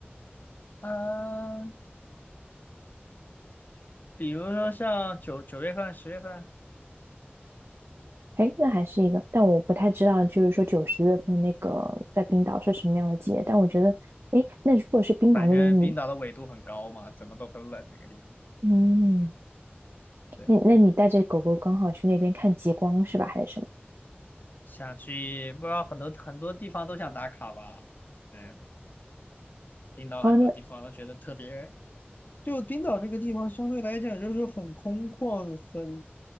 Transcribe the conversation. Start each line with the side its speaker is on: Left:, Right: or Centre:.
Left: 嗯、比如说像九九月份、十月份，
Right: 诶，那还是一个，但我不太知道，就是说九十月份那个在冰岛是什么样的季节？但我觉得，诶，那如果是冰岛那边，
Left: 反正冰岛的纬度很高嘛，
Right: 你
Left: 怎么都很冷那个地方。
Right: 嗯，
Left: 对，
Right: 那那你带着狗狗刚好去那边看极光是吧？还是什么？
Left: 想去，不知道很多很多地方都想打卡吧？对，冰岛很多地方都觉得特别。
Right: 哦，那
Left: 就冰岛这个地方相对来讲就是很空旷，很